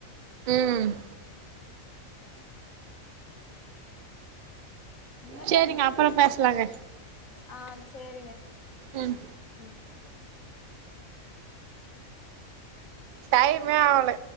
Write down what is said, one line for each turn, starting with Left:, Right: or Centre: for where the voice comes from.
Right: ம்
Left: என்ன
Right: சேரிங்க
Left: பண்றது
Right: அப்புறோ பேசலாங்க
Left: ஆ சேரிங்க
Right: ம்
Left: ம்
Right: டைமே ஆவல